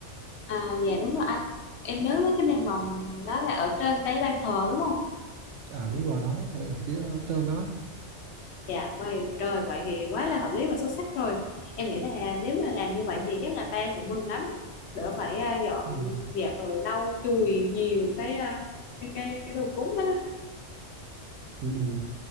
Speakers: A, on the left (about 65°); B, on the right (about 80°).
A: à dạ đúng rồi anh em nhớ mấy cái đèn mồng đó là ở trên cái ban thờ đúng không
B: à đúng rồi đó cái đèn phía trên đó
A: Dạ, vậy rồi vậy thì quá là hợp lý và xuất sắc rồi. Em nghĩ là nếu mà làm như vậy thì chắc là ba sẽ mừng lắm. Đỡ phải à, dọn
B: ừ.
A: dẹp rồi lau chùi nhiều cái à, cái cái cái đồ cúng đó. đó.
B: Ừ. ừ.